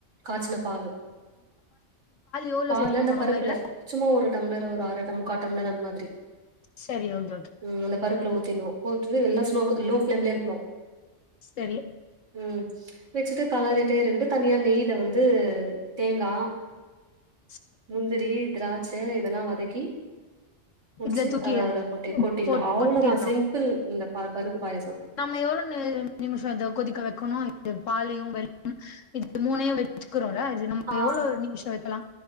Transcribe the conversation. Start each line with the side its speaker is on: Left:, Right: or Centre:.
Right: காச்சன பாலு
Left: எவ்வளவு
Right: பால்
Left: சேர்த்துக்கணும்
Right: அந்த
Left: நம்ம
Right: பருப்புல
Left: இதுல
Right: சும்மா ஒரு டம்ளர் ஒரு அர முக்கா டம்ளர் அந்த மாதிரி
Left: சரி ஓன் சொல்ட்டு
Right: ம் அந்த பருப்புல ஊத்திட்ணு போட்டு எல்ல ஸ்லோ லோ ஃப்ளேம்லயே இருக்ணு
Left: செல்லு
Right: ம் வச்சுட்டு களறிட்டே இருக்கட்டு தனியா நெய்யில வந்து தேங்கா
Left: <inaudible>
Right: முந்திரி திராட்ச இதெல்லா வதக்கி முடிச்சு
Left: இதுல தூக்கி
Right: அத அதல கொட்டி கொட்டிட்ணு
Left: போட்
Right: அவ்ளோதா
Left: கொட்டிடணும்
Right: சிம்பிள் இந்த ப பருப்பு பாயாச
Left: நம்ம எவ்ளோ நேர நிமிஷ அத கொதிக்க வக்கணு இது பாலையு வெல்லமு இது மூனயு வச்சுக்கிறோம்ல இது நம்ம
Right: ஆ
Left: எவ்ளோ நிமிஷ வைக்கலா